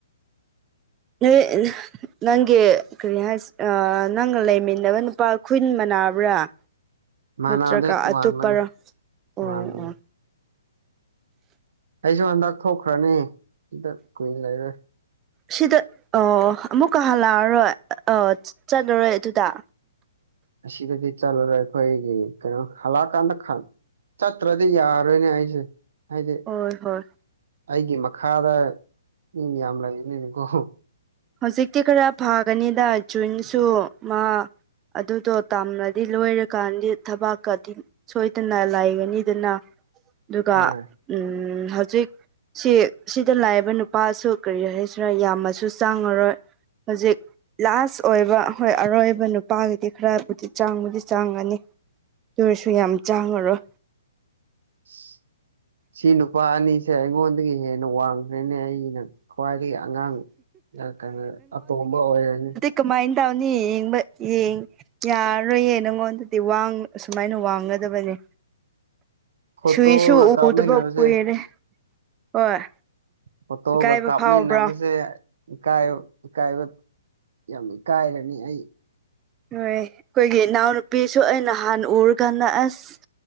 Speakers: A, on the right (about 20°); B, on the right (about 65°).
A: ꯅꯣꯏ <unintelligible> ꯅꯪꯒꯤ ꯀꯔꯤ ꯍꯥꯏꯁꯤꯔ ꯅꯪꯒ ꯂꯩꯃꯤꯟꯅꯕ ꯅꯨꯄꯥ ꯈꯨꯨꯟ ꯃꯅꯥꯕ꯭ꯔꯥ <unintelligible>
B: ꯃꯥꯅꯗꯦ
A: ꯅꯠꯇ꯭ꯔꯒ
B: ꯇꯣꯉꯥꯟꯕꯅꯦ
A: ꯑꯇꯣꯞꯄꯔꯣ
B: ꯇꯣꯉꯥꯟꯕꯅꯦ
A: ꯑꯣ ꯑꯣ
B: ꯑꯩꯁꯨ ꯍꯟꯗꯛ ꯊꯣꯛꯈ꯭ꯔꯅꯤ ꯁꯤꯗ ꯀꯨꯏꯅ ꯂꯩꯔꯣꯏ
A: ꯁꯤꯗ ꯑ ꯑꯃꯨꯛꯀ ꯍꯜꯂꯛꯑꯔꯣꯏ ꯑ ꯆꯠꯂꯔꯣꯏ ꯑꯗꯨꯗ
B: ꯑꯁꯤꯗꯗꯤ ꯆꯠꯂꯔꯣꯏ ꯑꯩꯈꯣꯏꯒꯤ ꯀꯩꯅꯣ ꯍꯜꯂꯛꯑꯀꯥꯟꯗ ꯆꯠꯇ꯭ꯔ ꯑꯗꯨꯗꯤ ꯌꯥꯔꯣꯏꯅꯦ ꯑꯩꯁꯦ ꯍꯥꯏꯗꯤ
A: ꯍꯣꯏ ꯍꯣꯏ
B: ꯑꯩꯒꯤ ꯃꯈꯥꯗ ꯃꯤ ꯃꯌꯥꯝ ꯂꯩꯕꯅꯤꯅꯒꯣ
A: ꯍꯧꯖꯤꯛꯇꯤ ꯈꯔ ꯐꯒꯅꯤꯗ ꯖꯨꯟꯁꯨ ꯃꯥ ꯑꯗꯨꯗꯣ ꯇꯝꯂꯗꯤ ꯂꯣꯏꯔꯀꯥꯟꯗꯤ ꯊꯕꯥꯛꯀꯗꯤ ꯁꯣꯏꯗꯅ ꯂꯩꯒꯅꯤꯗꯅ ꯑꯗꯨꯒ
B: ꯍꯣꯏ
A: ꯎꯝ ꯍꯧꯖꯤꯛ ꯁꯤ ꯁꯤꯗ ꯂꯥꯛꯏꯕ ꯅꯨꯄꯥꯁꯨ ꯀꯔꯤ ꯍꯥꯏꯁꯤꯔꯥ ꯌꯥꯝꯃꯁꯨ ꯆꯪꯉꯔꯣꯏ ꯍꯧꯖꯤꯛ ꯂꯥꯁ ꯑꯣꯏꯕ ꯍꯣꯏ ꯑꯔꯣꯏꯕ ꯅꯨꯄꯥꯒꯤꯗꯤ ꯈꯔꯕꯨꯗꯤ ꯆꯥꯡꯕꯨꯗꯤ ꯆꯥꯡꯒꯅꯤ ꯇꯨꯑꯣꯏꯔꯁꯨ ꯌꯥꯝ ꯆꯥꯡꯉꯔꯣꯏ
B: <unintelligible> ꯁꯤ ꯅꯨꯄꯥ ꯑꯅꯤꯁꯦ ꯑꯩꯉꯣꯟꯗꯒꯤ ꯍꯦꯟꯅ ꯋꯥꯡꯈ꯭ꯔꯦꯅꯦ ꯑꯩꯅ ꯈ꯭ꯋꯥꯏꯗꯒꯤ ꯑꯉꯥꯡ ꯀꯩꯅꯣ ꯑꯇꯣꯝꯕ ꯑꯣꯏꯔꯅꯤ
A: ꯀꯃꯥꯏꯟ ꯇꯧꯅꯤ ꯌꯦꯡꯕ ꯌꯦꯡ ꯌꯥꯔ ꯑꯔꯣꯏꯌꯦ ꯅꯪꯉꯣꯟꯗꯗꯤ ꯋꯥꯡ ꯑꯁꯨꯃꯥꯏꯅ ꯋꯥꯡꯒꯗꯕꯅꯦ
B: ꯐꯣꯇꯣꯒ
A: ꯁꯨꯏꯁꯨ
B: ꯀꯥꯞꯃꯤꯟꯅꯕꯁꯦ
A: ꯎꯗꯕ ꯀꯨꯏꯔꯦ ꯍꯣꯏ
B: ꯐꯣꯠꯇꯣꯒ
A: ꯏꯀꯥꯏꯕ
B: ꯀꯥꯞꯃꯤꯟꯅꯕꯁꯦ
A: ꯐꯥꯎꯕ꯭ꯔꯣ
B: ꯏꯀꯥꯏꯌꯣ ꯏꯀꯥꯏꯕ ꯌꯥꯝ ꯏꯀꯥꯏꯔꯅꯤ ꯑꯩ
A: ꯅꯣꯏ ꯑꯈꯣꯏꯒꯤ ꯏꯅꯥꯎꯅꯨꯄꯤꯁꯨ ꯑꯩ ꯅꯍꯥꯟ ꯎꯔꯀꯥꯟꯗ ꯑꯁ